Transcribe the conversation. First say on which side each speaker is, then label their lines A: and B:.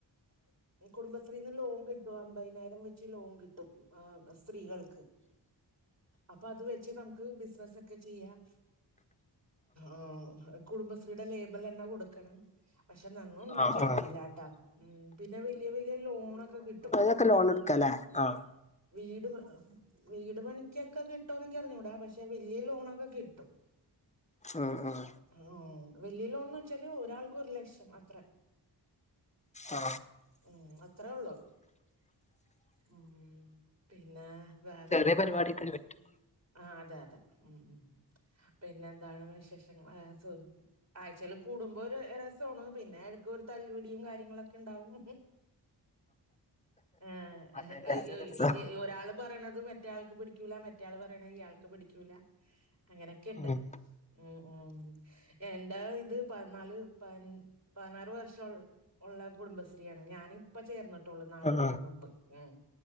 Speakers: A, on the right; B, on the left.
A: കുടുംബശ്രീന്ന് ലോൺ കിട്ടും അമ്പതിനായിരം വെച്ച് ലോൺ കിട്ടും ആഹ്‌ സ്ത്രീകൾക്ക് അപ്പത് വെച്ച് നമുക്ക് ബിസിനസ് ഒക്കെ ചെയ്യാം ആഹ്‌ കുടുംബശ്രീയുടെ ലേബൽ തന്നെ കൊടുക്കണം പക്ഷെ ഞങ്ങ ഒന്നും
B: ആ
A: ചെയ്തില്ലട്ടാ
B: ആ
A: ഉം പിന്നെ വലിയ വലിയ ലോണൊക്കെ കിട്ടും
B: ഒക്കെ ലോൺ എടുക്കല്ലേ ആഹ്
A: വീട് <unintelligible> വീട് പണിക്കൊക്കെ കിട്ടോന്നെനിക്ക് അറിഞ്ഞൂടാ പക്ഷെ വല്യ ലോണൊക്കെ കിട്ടും
B: ഉം ഉം
A: ആഹ്‌ വല്യ ലോൺ എന്ന് വെച്ചാല് ഒരാൾക്ക് ഒരു ലക്ഷം അത്ര
B: ആ
A: ഉം അത്രേ ഒള്ളു ഊം പിന്നെ വേറെന്നാ
B: ചെറിയ പരിപാടിയൊക്കെ പറ്റും
A: ആഹ്‌ അതെ അതെ ഉം ഉം പിന്നെ എന്താണ് വിശേഷങ്ങള് <unintelligible> ആഴ്ച്ചല് കൂടുമ്പോ ഒരു രസാണ് പിന്നെ എടക്ക് ഒരു തല്ലുപിടിയും കാര്യങ്ങളൊക്കെ ഇണ്ടാവും ആഹ്
B: അതെ
A: <unintelligible>
B: അതെ രസം
A: ഒരാള് പറയണത് മറ്റയാൾക്ക് പിടിക്കൂല മറ്റയാൾ പറയണത് ഇയാൾക്ക് പിടിക്കൂല അങ്ങനെയൊക്കെയുണ്ട്
B: ഉം
A: ഉം ഉം എന്താ ഇത് പതിനാല് പ- പതിനാറ് വർഷ ഉള്ള കുടുംബശ്രീയാണ് ഞാനിപ്പ ചേർന്നിട്ടുള്ളൂ നാല്
B: ആഹ്
A: കൊല്ലം മുമ്പ് ഉം